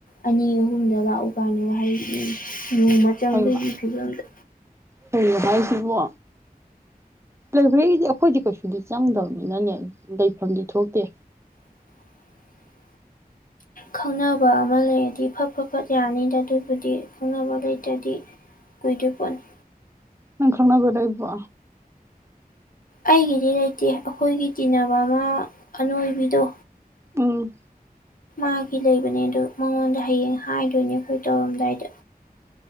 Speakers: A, on the left; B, on the right.
A: ꯑꯅꯤ ꯑꯍꯨꯝꯗ ꯂꯥꯛꯎ ꯀꯥꯏꯅꯒ ꯍꯥꯏꯔꯛꯑꯦꯌꯦ ꯅꯣꯡꯃ ꯆꯪꯕꯒꯤ
B: ꯍꯩꯃ
A: ꯐꯤꯕꯝꯗ
B: ꯀꯩꯅꯣ ꯍꯥꯏꯁꯤꯕꯣ ꯂꯥꯏꯕꯦꯔꯤꯗꯤ ꯑꯈꯣꯏꯗꯤ ꯀꯩꯁꯨꯗꯤ ꯆꯪꯗꯕꯅꯤꯅꯅꯦ ꯂꯩꯐꯝꯗꯤ ꯊꯣꯛꯇꯦ
A: <inaudible> ꯈꯪꯅꯕ ꯑꯃ ꯂꯩꯔꯗꯤ ꯐꯠ ꯐꯠ ꯐꯠ ꯌꯥꯅꯤꯗ ꯑꯗꯨꯕꯨꯗꯤ ꯈꯪꯅꯕ ꯂꯩꯇꯔꯗꯤ ꯀꯨꯏꯗꯨꯏ ꯄꯣꯠꯅꯤ
B: ꯅꯪ ꯈꯪꯅꯕ ꯂꯩꯔꯤꯕꯣ
A: ꯑꯩꯒꯤꯗꯤ ꯂꯩꯇꯦ ꯑꯈꯣꯏꯒꯤ ꯇꯤꯟꯅꯕ ꯑꯃ ꯑꯅꯣꯏꯕꯤꯗꯣ
B: ꯎꯝ
A: ꯃꯥꯒꯤ ꯂꯩꯕꯅꯦ ꯑꯗꯣ ꯃꯉꯣꯟꯗ ꯍꯌꯦꯡ ꯍꯥꯏꯗꯣꯏꯅꯦ ꯑꯈꯣꯏ ꯇꯧꯔꯝꯗꯥꯏꯗ